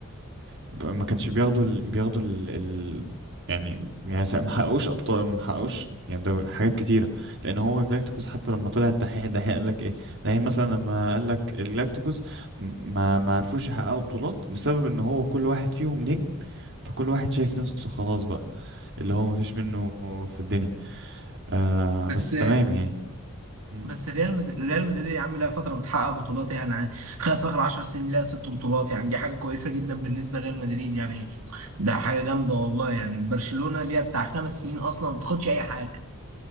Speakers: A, on the right (about 55°); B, on the right (about 75°).
A: بقى ما كانش بياخدوا ال... بياخدوا ال... ال... يعني يعني سا- ما حققوش ابطال ما حققوش يعني ده حاجات كتيره لان هو جلاكتيكوس حتى لما طلع الدحيح الدحيح قال لك ايه الدحيح مثلا لما قال لك الجلاكتيكوس م- ما ما عرفوش يحققوا بطولات بسبب ان هو كل واحد فيهم نجم فكل واحد شايف نفسه خلاص بقى اللي هو ما فيش منه في الدنيا آه
B: بس
A: بس تمام يعني مم.
B: بس ريال مد... ريال مدريد يا عم لها فتره بتحقق بطولات يعني ع- خدت في اخر 10 سنين لها ست بطولات يعني دي حاجه كويسه جدا بالنسبه لريال مدريد يعني ده حاجه جامده والله يعني برشلونه ليها بتاع خمس سنين اصلا ما بتاخدش اي حاجه